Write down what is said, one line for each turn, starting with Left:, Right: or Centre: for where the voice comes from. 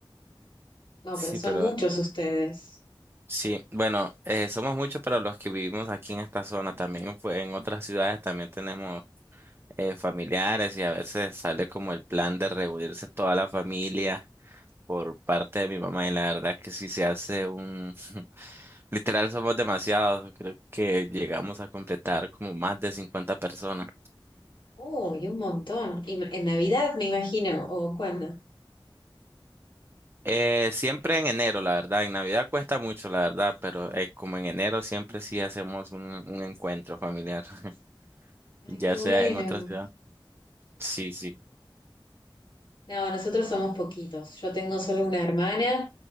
Left: No,
Right: Sí,
Left: pero son
Right: pero
Left: muchos ustedes.
Right: Sí, bueno, eh, somos muchos, pero los que vivimos aquí en esta zona también, pues en otras ciudades también tenemos eh, familiares y a veces sale como el plan de reunirse toda la familia por parte de mi mamá y la verdad que sí se hace un... <laughs> Literal somos demasiados, creo que llegamos a completar como más de 50 personas.
Left: Uy, un montón. Y en Navidad, me imagino, o cuándo.
Right: Eh, siempre en enero, la verdad, en Navidad cuesta mucho, la verdad, pero eh, como en enero siempre sí hacemos un, un encuentro familiar, <laughs>
Left: Ah,
Right: ya
Left: qué bueno.
Right: sea en otras ciudades. Sí, sí.
Left: No, nosotros somos poquitos. Yo tengo solo una hermana.